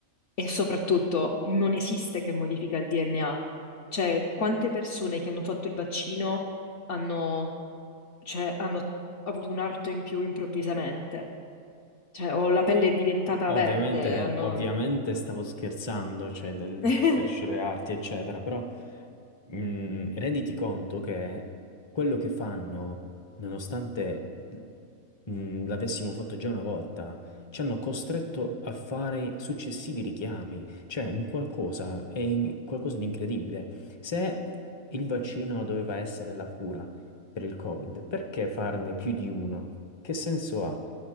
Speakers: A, on the left; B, on the left.
A: e soprattutto non esiste che modifica il DNA. Cioè, quante persone che hanno fatto il vaccino hanno cioè, hanno avuto un arto in più improvvisamente. Cioè, o la pelle è diventata
B: Ovviamente,
A: verde, hanno...
B: ovviamente stavo scherzando, cioè del
A: <laughs>
B: crescere arti, eccetera, però mh, renditi conto che quello che fanno, nonostante mh, l'avessimo fatto già una volta, ci hanno costretto a fare successivi richiami, cioè un qualcosa, è in- qualcosa di incredibile. Se il vaccino doveva essere la cura per il Covid, perché farne più di uno? Che senso ha?